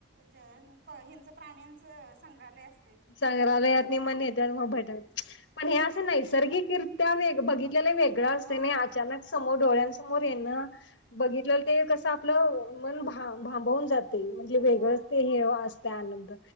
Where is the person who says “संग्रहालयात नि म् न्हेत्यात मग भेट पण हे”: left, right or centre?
Left